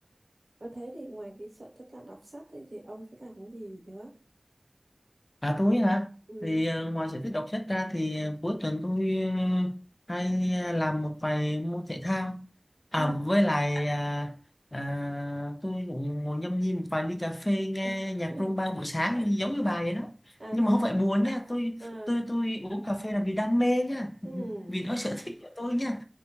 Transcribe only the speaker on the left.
À tôi hả?
Thì ờ, ngoài sở thích đọc sách ra thì ờ, cuối tuần tôi ờ, hay ờ, làm một vài môn thể thao. À
với lại à, à, tôi cũng ngồi nhâm nhi một vài ly cà phê nghe
nhạc rumba buổi sáng giống như bà vậy đó.
Nhưng
mà không phải buồn nha, tôi
tôi tôi uống cà phê là vì đam mê nha,
vì đó sở thích của tôi nha.